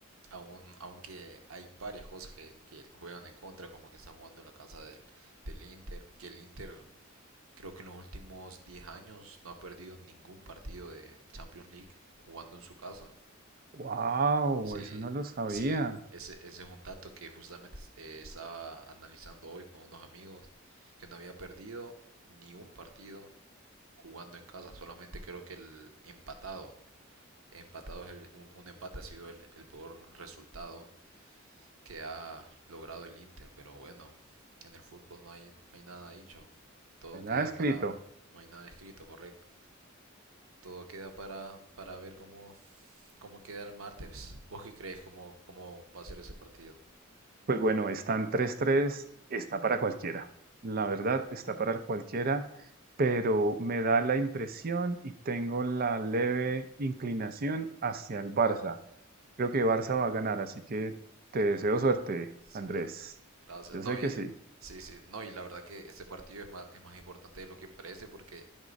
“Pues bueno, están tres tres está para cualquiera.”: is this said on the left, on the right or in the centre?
Right